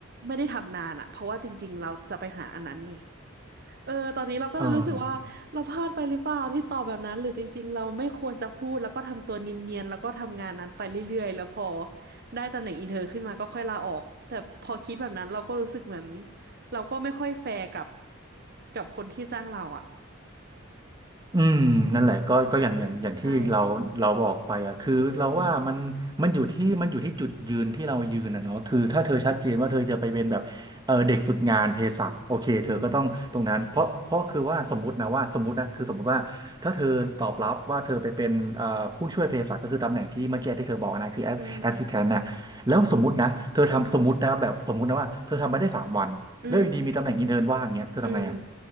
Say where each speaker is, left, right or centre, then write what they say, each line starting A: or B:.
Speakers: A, on the right; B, on the right.
A: ไม่ได้ทำนานอะเพราะว่าจริงๆเราจะไปหาอันนั้นไงเออตอนนี้เราก็เลยรู้สึกว่าเราพลาดไปหรือเปล่าที่ตอบแบบนั้นหรือจริงๆเราไม่ควรจะพูดแล้วก็ทำตัวเนียนๆแล้วก็ทำงานนั้นไปเรื่อยๆแล้วพอ
B: เออ
A: ได้ตำแหน่งอินเทอร์ขึ้นมาก็ค่อยลาออกแต่พอคิดแบบนั้นเราก็รู้สึกเหมือนเราก็ไม่ค่อยแฟร์กับกับคนที่จ้างเราอะ
B: อืมนั่นแหละก็ก็อย่างอย่างอย่างที่เราเราบอกไปอ่ะคือเราว่ามันมันอยู่ที่มันอยู่ที่จุดยืนที่เรายืนนะเนาะคือถ้าเธอชัดเจนว่าเธอจะไปเป็นแบบเออเด็กฝึกงานเภสัชโอเคเธอก็ต้องตรงนั้นเพราะเพราะคือว่าสมมตินะว่าสมมตินะคือสมมติว่าถ้าเธอตอบรับว่าเธอไปเป็นเอ่อผู้ช่วยเภสัชก็คือตำแหน่งที่เมื่อกี้ที่เธอบอกนะคือแอส
A: อืมใช่อืมอืมอืม
B: s s i s t a n t นต์น่ะแล้วสมมตินะเธอทำสมมตินะแบบสมมตินะว่าเธอทำไปได้สามวันแล้วอยู่ดีมีตำแหน่งอินเทิร์นว่างเงี้ยเธอทำไงอ่ะ
A: อืมอืม